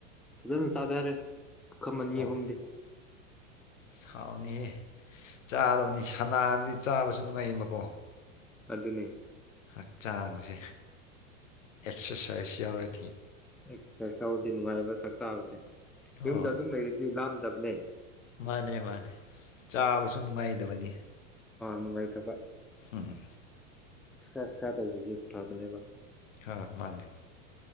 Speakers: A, in the centre; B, on the left.
A: ꯐꯖꯅ ꯆꯥꯊꯔꯦ ꯄꯨꯈꯝ ꯑꯅꯤ
B: ꯑꯣ
A: ꯑꯍꯨꯝꯗꯤ
B: ꯁꯥꯎꯅꯤꯍꯦ ꯆꯥꯗꯕꯅꯤ ꯁꯅꯥꯔꯗꯤ ꯆꯥꯕꯁꯨ ꯅꯨꯡꯉꯥꯏꯌꯦꯕꯀꯣ
A: ꯑꯗꯨꯅꯦ
B: ꯍꯛꯆꯥꯡꯁꯦ ꯑꯦꯛꯁꯔꯁꯥꯏꯁ ꯌꯥꯎꯔꯗꯤ
A: ꯑ ꯑꯁꯧꯗꯤ ꯅꯨꯡꯉꯥꯏꯕ ꯆꯥꯛ ꯆꯥꯕꯁꯦ
B: ꯑꯣ
A: ꯌꯨꯝꯗ ꯑꯗꯨꯝ ꯂꯩꯔꯤꯗꯤ ꯂꯥꯝꯗꯕꯅꯦ
B: ꯃꯥꯅꯦ ꯃꯥꯅꯦ ꯆꯥꯕꯁꯨ ꯅꯨꯡꯉꯥꯏꯗꯕꯅꯤ
A: ꯅꯨꯡꯉꯥꯏꯇꯕ
B: ꯎꯝ
A: ꯑꯦꯛꯁꯔꯁꯥꯏꯁ ꯈꯔ ꯇꯧꯕꯁꯦ ꯐꯕꯅꯦꯕ
B: ꯍꯥ ꯃꯥꯅꯦ